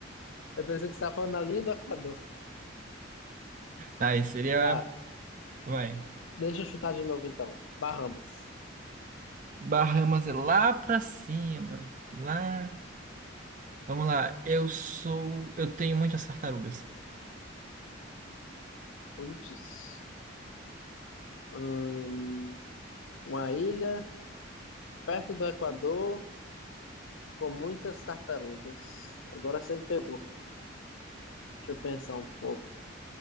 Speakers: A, on the left (about 85°); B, on the right (about 40°).
A: Eu pensei que você tá falando da linha do Equador.
B: Tá, aí seria.
A: Tá,
B: Vai.
A: deixa eu chutar de novo então. Bahamas.
B: Bahamas é lá pra cima. Lá. Vamos lá. Eu sou. Eu tenho muitas tartarugas.
A: Putz. Hum, uma ilha perto do Equador com muitas tartarugas. Agora você me pegou. Deixa eu pensar um pouco.